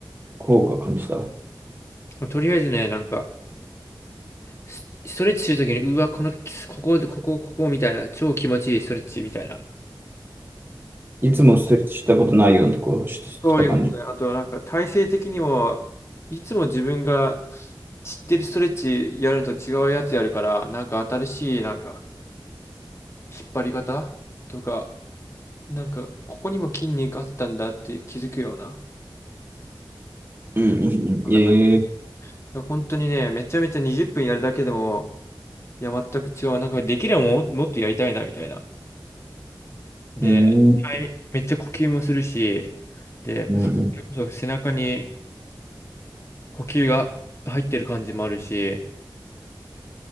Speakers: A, on the right; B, on the left.
A: 効果感じた
B: もうとりあえずね、なんか、スストレッチするときに、うわ、この、ここ、ここ、ここみたいな、超気持ちいいストレッチみたいな。
A: いつもストレッチしたことないようなとこし、
B: うんそういうことね。
A: した感じ。
B: あと、なんか、体勢的にも、いつも自分が知ってるストレッチやると違うやつやるから、なんか新しい、なんか、引っ張り方とか、なんか、ここにも筋肉あったんだって気づくような。
A: うんうんうん。ええ
B: だから本当にね、めちゃめちゃ20分やるだけでも、いや、全く違う。なんか、できればもう、もっとやりたいな、みたいな。で、
A: うん。うん
B: タイミめっちゃ呼吸もするし、で、
A: うん。
B: それこそ背中に呼吸が入ってる感じもあるし、